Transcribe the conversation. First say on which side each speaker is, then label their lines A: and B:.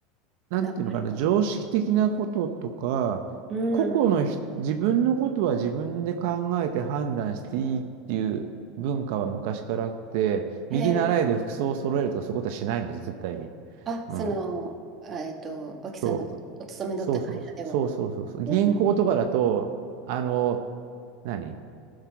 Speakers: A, on the right; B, on the right.
A: あ、なんていうのかな、
B: 流れが。
A: 常識的なこととか、
B: うん。
A: 個々のひ自分のことは自分で考えて判断していいっていう文化は昔からあって、
B: へえ
A: 右習いで服装を揃えるとかそういうことはしないので、絶対に。
B: あ、
A: うん。
B: その、あえっと、脇さんがお勤めだった会社では。
A: そう、そうそうそう、そうそうそうそう。銀行とかだと、
B: えー
A: あの、何